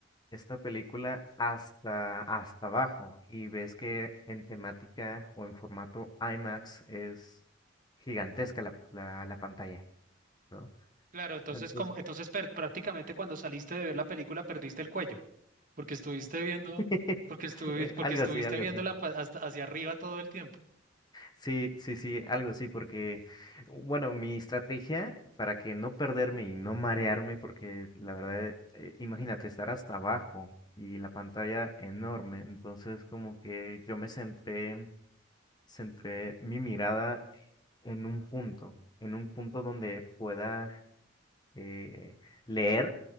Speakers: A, on the left (about 20°); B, on the right (about 45°).
A: esta película hasta, hasta abajo y ves que en temática o en formato IMAX es gigantesca la, la, la pantalla, ¿no?
B: Claro, entonces
A: Entonces,
B: como entonces per- prácticamente cuando saliste de ver la película perdiste el cuello. Porque estuviste viendo,
A: <laughs>
B: porque estuvi-
A: eh,
B: porque
A: algo
B: estuviste
A: así, algo
B: viéndola
A: así.
B: pa- hasta hacia arriba todo el tiempo.
A: Sí, sí, sí, algo así, porque, bueno, mi estrategia para que no perderme y no marearme, porque la verdad, eh, imagínate estar hasta abajo y la pantalla enorme, entonces como que yo me centré, centré mi mirada en un punto, en un punto donde pueda eh, leer